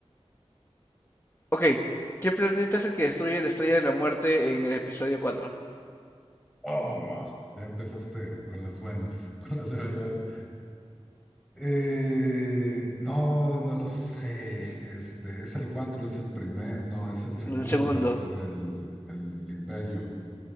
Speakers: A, on the left; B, in the centre.
A: Ok, ¿qué planeta es el que destruye la Estrella de la Muerte en el episodio cuatro
B: Oh, ya empezaste con las buenas, <laughs> con las de verdad. Eh, no, no lo sé. Este, es el 4, es el primer, no, es el segundo,
A: El segundo,
B: es el, el imperio.